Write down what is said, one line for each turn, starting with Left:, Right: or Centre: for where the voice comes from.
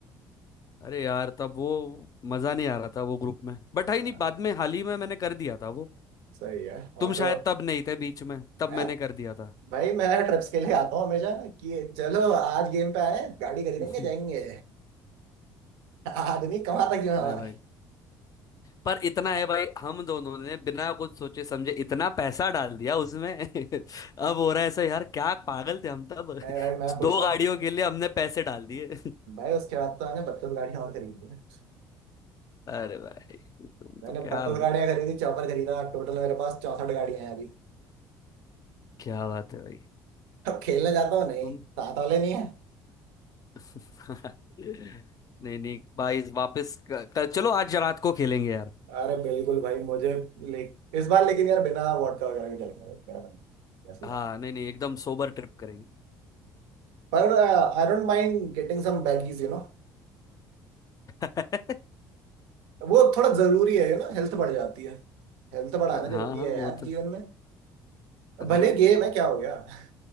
Left: अरे यार तब वो मजा नहीं आ रहा था वो ग्रुप में बट है
Right: हाँ,
Left: नहीं बाद में हाल ही में मैंने कर दिया था वो
Right: सही है
Left: तुम
Right: और फिर
Left: शायद तब नहीं थे बीच में तब
Right: मैं
Left: मैंने कर दिया था
Right: भाई मैं ट्रिप्स के लिए आता हूँ हमेशा कि चलो आज गेम पे आए गाड़ी खरीदेंगे
Left: <laughs> नहीं
Right: जाएंगे आदमी कमाता क्यों है
Left: भाई
Right: हमारा
Left: पर इतना है भाई हम दोनों ने बिना कुछ सोचे समझे इतना पैसा डाल दिया उसमें <laughs> अब हो रहा है ऐसा यार क्या पागल थे हम तब
Right: नहीं
Left: <laughs>
Right: भाई मैं खुश
Left: दो
Right: हूँ
Left: गाड़ियों के लिए हमने पैसे डाल दिए <laughs>
Right: भाई उसके बाद तो मैंने बत्तीस गाड़ियां और खरीदी हैं।
Left: अरे भाई तुम
Right: मैंने
Left: तो क्या
Right: बत्तीस
Left: भाई
Right: गाड़ियां खरीदी चौपर खरीदा टोटल मेरे पास चौसठ गाड़ियां हैं अभी
Left: क्या बात है भाई
Right: अब खेलने जाता हूँ नहीं
Left: तुम
Right: साथ वाले नहीं है
Left: <laughs> नहीं नहीं भाई वापस क- क- चलो आज रात को खेलेंगे यार
Right: अरे बिल्कुल भाई मुझे ले इस बार लेकिन यार बिना वॉडका वगैरह के चलेंगे भाई, मेरा मन कैसे
Left: हाँ
Right: जाने का।
Left: नहीं नहीं एकदम सोबर ट्रिप करेंगे
Right: पर I don't mind getting some baggies यू नो
Left: <laughs>
Right: वो थोड़ा जरूरी है यू नो हेल्थ बढ़ जाती है हेल्थ बढ़ाना
Left: हाँ
Right: जरूरी
Left: हाँ
Right: है
Left: वो
Right: यार
Left: तो
Right: जीवन में
Left: हाँ
Right: भले गेम है क्या हो गया <laughs>